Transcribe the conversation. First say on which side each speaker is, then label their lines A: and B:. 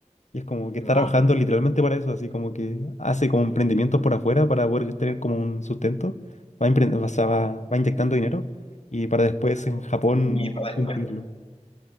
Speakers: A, on the left; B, on the left.
A: Y es como que
B: Wow.
A: está trabajando literalmente para eso, así como que hace como emprendimientos por afuera para poder tener como un sustento, va, empre- o sea, va, va inyectando dinero y para después en Japón
B: Y para
A: cumplirlo.
B: después.